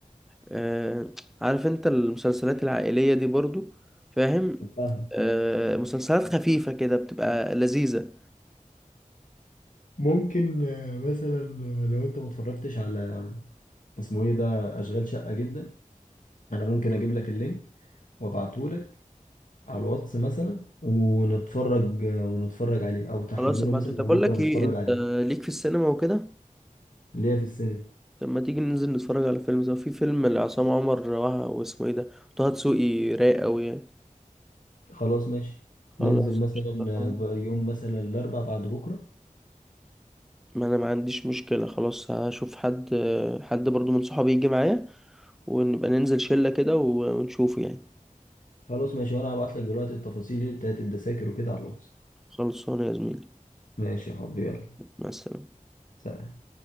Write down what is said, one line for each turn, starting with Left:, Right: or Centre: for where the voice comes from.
Centre: أه عارف انت المسلسلات العائلية دي برضو فاهم
Left: فاهمة
Centre: أه مسلسلات خفيفة كده بتبقى لذيذة
Left: ممكن آه، مثلا آه، لو انت ما اتفرجتش على آه، اسمه ايه ده اشغال شقة جدا انا ممكن اجيب لك اللينك وابعته لك على الواتس مثلا ونتفرج آه، ونتفرج عليه او تحمله
Centre: خلاص ابعته
Left: مثلا
Centre: طب
Left: وبكره
Centre: اقول لك ايه
Left: نتفرج
Centre: انت
Left: عليه
Centre: ليك في السينما وكده
Left: اللي هي في السينما
Centre: طب ما تيجي ننزل نتفرج على فيلم سوا في فيلم لعصام عمر وه- واسمه ايه ده وطه دسوقي رايق قوي يعني
Left: خلاص ماشي
Centre: خلاص
Left: ننزل مثلا
Centre: قشطة.
Left: آه، ب- يوم مثلا الاربع بعد بكره
Centre: ما انا ما عنديش مشكلة خلاص هشوف حد حد برضو من صحابي يجي معايا ونبقى ننزل شلة كده ونشوفه يعني
Left: خلاص ماشي وانا هبعت لك دلوقتي التفاصيل ايه بتاعت الدساكر وكده على الواتس
Centre: خلصانه يا زميلي
Left: ماشي يا حبيبي يلا
Centre: مع السلامة
Left: سلام